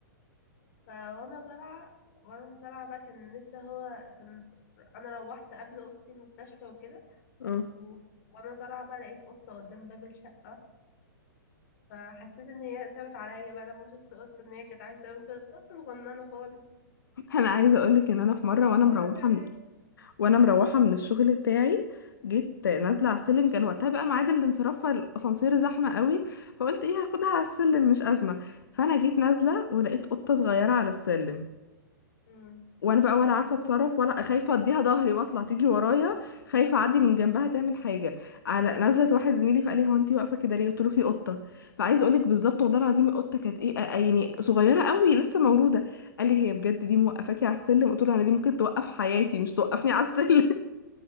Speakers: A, on the left (about 50°); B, on the left (about 75°).
A: فوانا طالعة وانا طالعة بقى كان لسه هو كان انا روحت قبل اختي المستشفى وكده
B: اه
A: و... وانا طالعة بقى لقيت قطة قدام باب الشقة فحسيت ان هي سابت عليا بقى لما شفت قطة ان هي كانت عايزة ممكن قطة صغننة خالص
B: انا عايزه اقول لك ان انا في مره وانا
A: فسابت
B: مروحه
A: عليا
B: وانا مروحه من الشغل بتاعي جيت نازله على السلم كان وقتها بقى ميعاد الانصراف فالاسانسير زحمه قوي فقلت ايه هاخدها على السلم مش ازمه فانا جيت نازله ولقيت قطه صغيره على السلم
A: امم
B: وانا بقى ولا عارفه اتصرف ولا خايفه اديها ظهري واطلع تيجي ورايا خايفه اعدي من جنبها تعمل حاجه على نزلت واحد زميلي فقال لي هو انت واقفه كده ليه قلت له في قطه فعايزه اقول لك بالظبط والله العظيم القطه كانت ايه آه، يعني صغيره قوي لسه مولوده قال لي هي بجد دي موقفاكي على السلم قلت له انا دي ممكن توقف حياتي مش توقفني على السلم